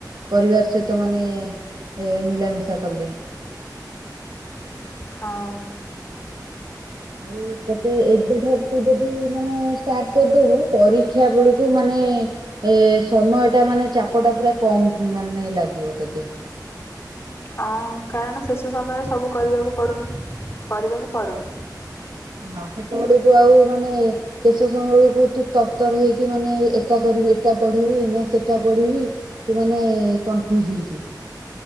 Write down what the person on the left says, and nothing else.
ହଁ।
ହଁ କାରଣ ଶେଷ ସମୟରେ ସବୁ କରିବାକୁ ପଡ଼ୁ କରିବାକୁ ପଡ଼ୁନି।